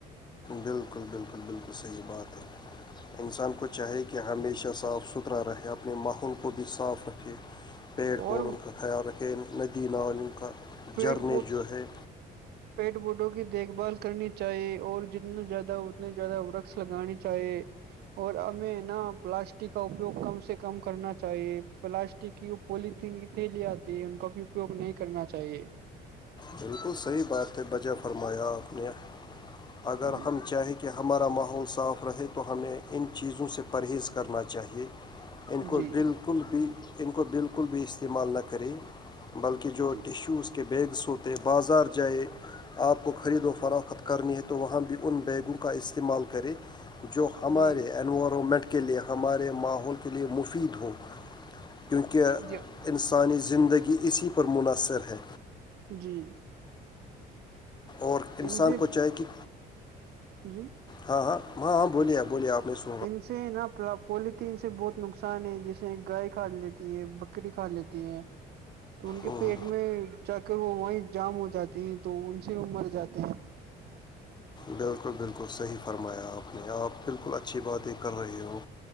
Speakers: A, on the left; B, on the right.
A: بالکل بالکل بالکل صحیح بات ہے انسان کو چاہے کہ ہمیشہ صاف ستھرا رہے اپنے ماحول کو بھی صاف رکھے پیڑ پوڑ
B: اور
A: ان کا خیال رکھیں ندی نا ان کا
B: پیٹ
A: جھرنے جو ہے
B: بوٹوں کی دیکھ بھال کرنی چاہیے اور جتنے زیادہ اتنے زیادہ وکس لگانی چاہیے اور ہمیں نا پلاسٹک کا اپیوگ کم سے کم کرنا چاہیے پلاسٹ کہ وہ پولیتھیین کی تیلی آتی ہے ان کا بھی اپیوگ نہیں کرنا چاہیے
A: بالکل صحیح بات ہے بجائے فرمایا آپ نے اگر
B: جی
A: ہم چاہیں کہ ہمارا ماحول صاف رہے تو ہمیں ان چیزوں سے پرہیز کرنا چاہیے ان کو
B: جی
A: بالکل بھی ان کو بالکل بھی استعمال نہ کریں بلکہ جو
B: جی
A: ٹیشوز کے بیگس ہوتے بازار جائے آپ کو خرید و فروخت کرنی ہے تو وہاں بھی ان بیگوں کا استعمال کرے جو ہمارے
B: جی
A: انوائارمنٹ کے لیے ہمارے ماحول کے لیے مفید ہو کیونکہ
B: جی
A: انسانی زندگی اسی پر منحصر ہے
B: جی
A: اور انسان
B: ان سے
A: کو چاہے کہ
B: جی
A: ہاں ہاں ہاں ہاں بولیے بولیے آپ نے اس
B: ان سے ن اپلب پولیتھیین سے بہت نقصان ہے جیسے گائے کھا لیتی ہے بکری کھا لیتی ہے تو ان کے
A: بولیے
B: پیٹ میں جا کر وہ وہیں جام ہو جاتی ہیں تو ان سے وہ مر جاتے ہیں
A: بالکل بالکل صحیح فرمایا آپ نے آپ بالکل اچھی باتیں کر رہے ہو